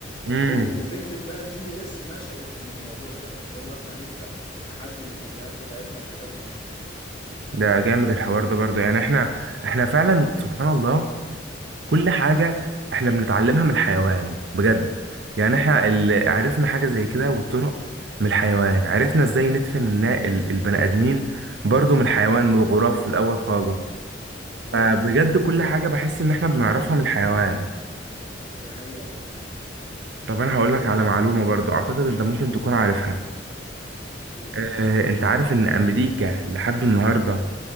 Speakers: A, on the left (about 25°); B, on the right (about 65°).
A: وفي
B: امم
A: وفكرة بقى الجي بي اس نشأت من الموضوع ده اللي هو احنا نبدأ نحدد الاتجاهات بتاعتنا بحاجات معينة
B: ده جامد الحوار ده برضه يعني احنا احنا فعلا سبحان الله كل حاجة احنا بنتعلمها من الحيوان بجد يعني احنا اللي عرفنا حاجة زي كده والطرق من الحيوان عرفنا ازاي ندفن النا- ال- البني ادمين برضه من الحيوان من الغراب في الاول خالص
A: بالظبط بالظبط
B: فبجد كل حاجة بحس إن إحنا بنعرفها من الحيوان
A: دي حقيقة فعلا
B: طب أنا هقولك على معلومة برضو أعتقد أنت ممكن تكون عارفها
A: قول
B: آه، أنت عارف إن أمريكا لحد النهاردة